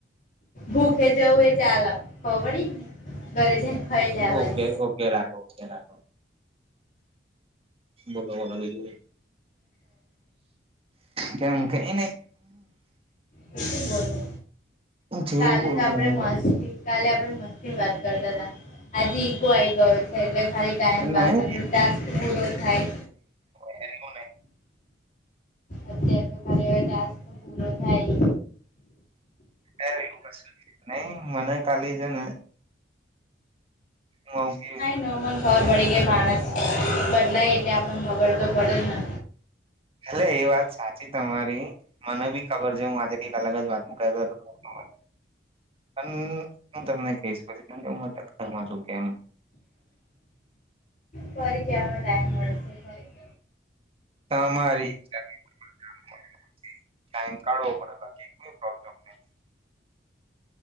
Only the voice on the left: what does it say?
ભૂખે જવું એ ચાલ અ, ખબર પડી? ઘરે જઈને ખાઈ લેવાય
તો શું બોલો?
કાલે
તો આપણેે
મસ્તી
કાલે આપડે મસ્તી ની વાત કરતા હતા. આજે ઈગો આઈ ગયો છે. એટલે ખાલી ટાઈમ
પાસ આપણો ટાસ્ક પૂરો થાય.
અત્યારે તો ખાલી હવે ટાસ્ક પૂરો થાય એ.
નોમન ખબર પડી ગઈ. માણસ બદલાય એટલે આપણ ખબર તો પડેજ ને.
ફરી કહેવાનો ટાઈમ મળે છે. ફરી